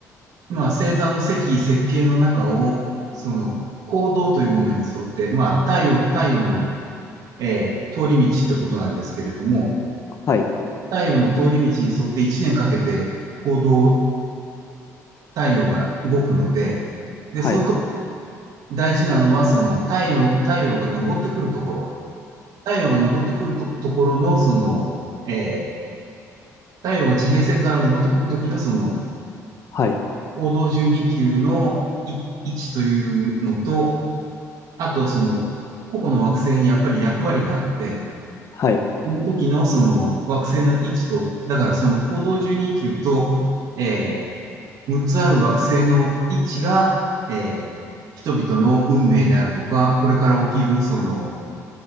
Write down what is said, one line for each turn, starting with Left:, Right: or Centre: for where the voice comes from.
Right: ーまあ、星座の積、設計の中を、その、行動というものに沿って、まあ、太陽、太陽の、えー通り道ってことなんですけれども、
Left: はい、
Right: 太陽の通り道に沿って1年かけて行動、太陽が動くので、で、
Left: はい、
Right: その時大事なのは、その太陽、太陽が昇ってくるところ。太陽が昇ってくると、ところの、その、えー太陽が地平線から昇ってくるときの、その、
Left: はい、
Right: 黄道12宮のい位置というのと、あと、その、個々の惑星にやっぱり役割があって、
Left: はい、
Right: その時のその惑星の位置と、だからその黄道12宮と、えー、6つある惑星の位置が、えー人々の運命であるとか、これから起きる、その、